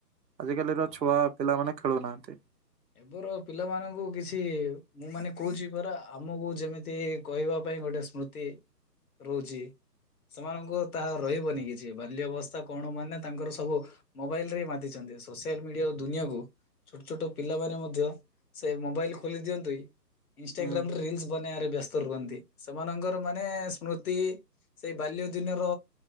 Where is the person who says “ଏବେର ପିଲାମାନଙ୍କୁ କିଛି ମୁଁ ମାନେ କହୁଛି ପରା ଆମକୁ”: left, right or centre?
Left